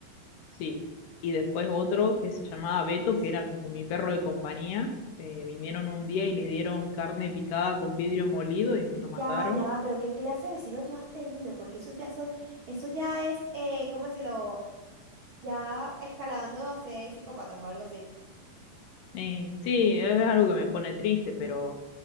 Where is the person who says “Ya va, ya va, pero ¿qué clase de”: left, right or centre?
Right